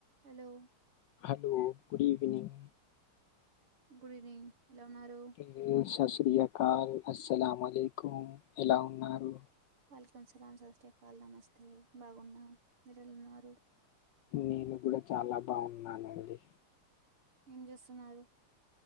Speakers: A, on the right (about 75°); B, on the left (about 70°).
A: Hello
B: hello good evening
A: good evening ఎలా ఉన్నారు
B: <unintelligible> స్రీ అకల్ అలాంాలకుం ఎలా ఉన్నారు
A: <unintelligible> వల్కం సలాం సస్కాళ నమస్తే బాగున్నా మీరళ ఉన్నారు
B: నేను కూడా చాలా బాగున్నానండి
A: ఏం చేస్తున్నారు